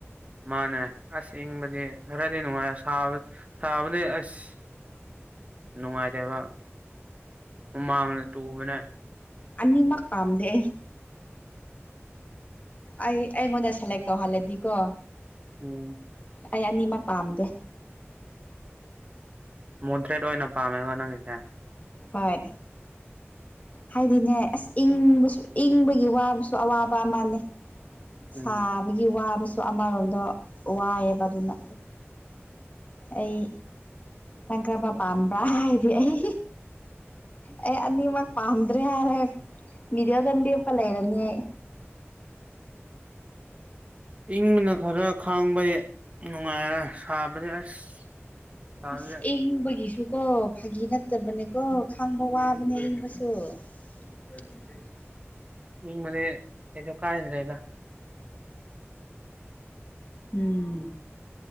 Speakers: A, on the right (about 30°); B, on the left (about 30°).
A: ꯃꯥꯅꯦ ꯑꯁ ꯏꯪꯕꯗꯤ ꯈꯔꯗꯤ ꯅꯨꯡꯉꯥꯏ ꯁꯥꯕ ꯁꯥꯕꯗꯤ ꯑꯁ ꯅꯨꯡꯉꯥꯏꯇꯦꯕ ꯍꯨꯃꯥꯡꯅ ꯇꯨꯕꯅꯦ
B: ꯑꯅꯤ ꯃꯥꯛ ꯄꯥꯝꯗꯦ ꯑꯩ ꯑꯩꯉꯣꯟꯗ ꯁꯦꯂꯦꯛ ꯇꯧꯍꯜꯂꯗꯤꯀꯣ
A: ꯎꯝ
B: ꯑꯩ ꯑꯅꯤꯃꯛ ꯄꯥꯝꯗꯦ
A: ꯃꯣꯗ꯭ꯔꯦꯠ ꯑꯣꯏꯅ ꯄꯥꯝꯃꯦꯕ ꯅꯪꯒꯤꯁꯦ
B: ꯍꯣꯏ ꯍꯥꯏꯗꯤꯅꯦ ꯑꯁ ꯏꯪꯕꯁꯨ ꯏꯪꯕꯒꯤ ꯋꯥꯕꯁꯨ ꯑꯋꯥꯕ ꯑꯃꯅꯦ
A: ꯎꯝ
B: ꯁꯥꯕꯒꯤ ꯋꯥꯕꯁꯨ ꯑꯃꯔꯣꯝꯗ ꯋꯥꯏꯌꯦꯕ ꯑꯗꯨꯅ ꯑꯩ ꯅꯪ ꯀꯔꯝꯕ ꯄꯥꯝꯕ꯭ꯔꯥ ꯍꯥꯏꯗꯤ ꯑꯩ ꯑꯩ ꯑꯅꯤꯃꯛ ꯄꯥꯝꯗ꯭ꯔꯦ ꯍꯥꯏꯔ ꯃꯤꯗꯜ ꯗ ꯂꯦꯞꯄꯥ ꯂꯩꯥꯏꯔꯅꯤ ꯑꯩ
A: ꯏꯪꯕꯅ ꯈꯔ ꯈꯥꯡꯕ ꯅꯨꯡꯉꯥꯏꯔꯦ ꯁꯥꯕꯗꯤ ꯑꯁ ꯁꯥꯕꯁꯦ
B: ꯑꯁ ꯏꯪꯕꯒꯤꯁꯨ ꯀꯣ ꯐꯥꯒꯤ ꯅꯠꯇꯕꯅꯦ ꯀꯣ ꯈꯥꯡꯕ ꯋꯥꯕꯅꯦ ꯏꯪꯕꯁꯨ ꯥ <unintelligible>
A: ꯏꯪꯕꯗꯤ ꯀꯩꯁꯨ ꯀꯥꯏꯗꯔꯦꯗ
B: ꯎꯝ